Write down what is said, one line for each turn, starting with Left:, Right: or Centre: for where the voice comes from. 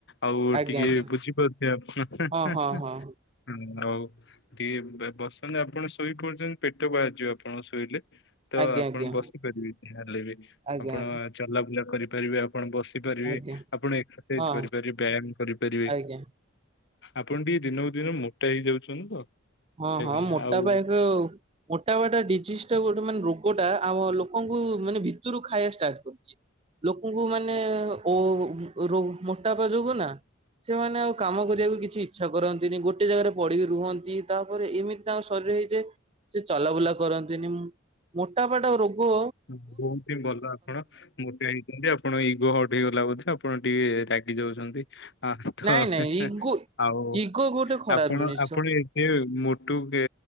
Left: ଆଉ
Right: ଆଜ୍ଞା
Left: ଟିକେ
Right: ଆଜ୍ଞା
Left: ବୁଝି ପାରୁଥିବେ ଆପଣ ହେଁ
Right: ହଁ
Left: ହେଁ
Right: ହଁ ହଁ
Left: ହେଁ। ଆଉ ଟିକେ ବେ ବସନ୍ତୁ ଆପଣ ଶୋଇ ପଡୁଚନ୍ତି ପେଟ ବାହାରିଯିବ ଆପଣଙ୍କର ଶୋଇଲେ। ତ
Right: ଆଜ୍ଞା
Left: ଆପଣ
Right: ଆଜ୍ଞା
Left: ବସିପାରିବେ ଯାହା ହେଲେ ବି
Right: ଆଜ୍ଞା
Left: ଆପଣ ଚଲାବୁଲା କରିପାରିବେ ଆ ଆପଣ ବସିପାରିବେ
Right: ଆଜ୍ଞା ଆଜ୍ଞା
Left: ଆପଣ ଏକ୍ସରସାଇଜ
Right: ହଁ
Left: କରିପାରିବେ ବ୍ୟାୟାମ କରିପାରିବେ।
Right: ଆଜ୍ଞା।
Left: ଆପଣ ଟିକେ ଦିନକୁ ଦିନ ମୋଟା ହେଇଯାଉଛନ୍ତି ତ।
Right: ହଁ
Left: ଆଜ୍ଞା
Right: ହଁ ମୋଟା
Left: ଆଉ
Right: ପାଇଁ ତ ମୋଟା ହବାଟା ଡିଜିଜ୍ ଟା ଗୋଟେ ମାନେ ରୋ ଗୋଟା ଆମ ଲୋକୋଙ୍କୁ ମାନେ ଭିତୁରୁ ଖାଇବା ଷ୍ଟାର୍ଟ କରୁଚି। ଲୋକୋଙ୍କୁ ମାନେ ଓ ରୋ ମୋଟାପା ଯୋଗୁ ନା ସେମାନେ ଆଉ କାମ କରିବାକୁ କିଛି ଇଚ୍ଛା କରନ୍ତିନି ଗୋଟେ ଜାଗାରେ ପଢିକି ରୁହନ୍ତି। ତାପରେ ଏମିତି ତାଙ୍କ ଶରୀର ହେଇଯାଏ ସେ ଚଲାବୁଲା କରନ୍ତିନି ମୁଁ ପୋଟାପା ଟା ରୋଗୋ
Left: ବୋହୁତ ହିଁ ଭଲ ଆପଣ ମୋଟା ହେଇଛନ୍ତି ଆପଣ ଇଗୋ ହଟ୍ ହେଇଗଲା ବୋଧେ ଆପଣ ଟିକେ ରା ରାଗି ଯାଉଛନ୍ତି ଆଉ ତ
Right: ନାଇଁ
Left: ହେଁ
Right: ନାଇଁ
Left: ହେଁ
Right: ଇଗୋ
Left: ଆଉ
Right: ଇଗୋ ଗୋଟେ ଖରାପ
Left: ଆପଣ
Right: ଜିନିଷ
Left: ଆପଣ ଏବେ ମୋଟୁ କେ